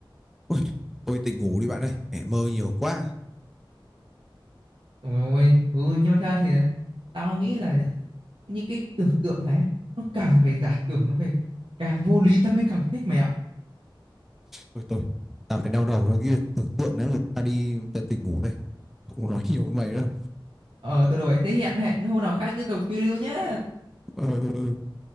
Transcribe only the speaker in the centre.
Ôi, thôi tỉnh ngủ đi bạn ơi mẹ mơ nhiều quá
thôi thôi tao phải đau đầu với cái tưởng tượng nếu người ta đi ta tỉnh ngủ đây không có nói nhiều với mày đâu
ờ, ờ, ờ.